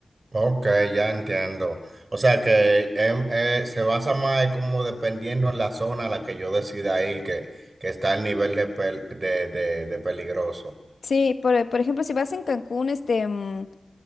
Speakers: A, on the right (about 50°); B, on the left (about 75°).
A: Ok, ya entiendo. O sea que em, eh, se basa más como dependiendo en la zona a la que yo decida ir, que, que está el nivel de, pel- de, de de peligroso.
B: Sí, por, por ejemplo, si vas en Cancún, este, mm,